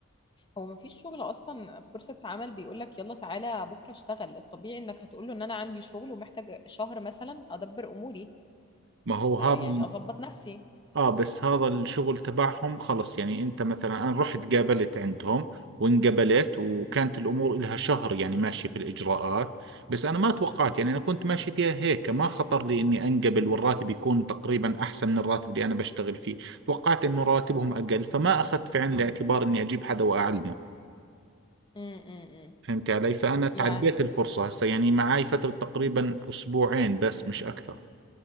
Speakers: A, on the left; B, on the right.
A: هو ما فيش شغل اصلا فرصة عمل بيقولك يلا تعالى بكرة اشتغل الطبيعي انك هتقوله ان انا عندي شغل ومحتاج شهر مثلا ادبر اموري
B: ما هو هذا
A: آه يعني اظبط نفسي
B: اه بس هذا الشغل تبعهم خلص يعني انت مثلا انا رحت قابلت عندهم وانقبلت وكانت الامور لها شهر يعني ماشي في الاجراءات بس انا ما توقعت يعني انا كنت ماشي فيها هيك ما خطر لي اني انقبل والراتب يكون تقريبا احسن من الراتب اللي انا بشتغل فيه توقعت انه راتبهم اقل فما اخذت في عين الاعتبار اني اجيب حدا واعلمه
A: م -م -م.
B: فهمت علي فانا تعديت
A: يعني
B: الفرصة هسه يعني معاي فترة تقريبا اسبوعين بس مش اكثر